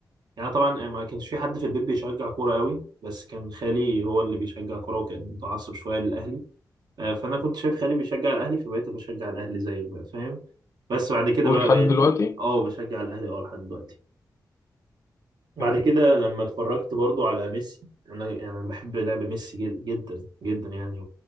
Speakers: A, on the right; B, on the left.
A: يعني طبعا ما كانش في حد في البيت بيشجع كوره قوي بس كان خالي هو اللي بيشجع كوره وكان متعصب شويه للاهلي آه، فانا كنت شايف خالي بيشجع الاهلي فبقيت بشجع الاهلي زيه بقى، فاهم بس بعد كده
B: ولحد
A: بقى بقيت
B: دلوقتي
A: اه بشجع الاهلي اه لحد دلوقتي بعد
B: حلو.
A: كده لما اتفرجت برضو على ميسي انا يعني بحب لعب ميسي جد- جدا جدا يعني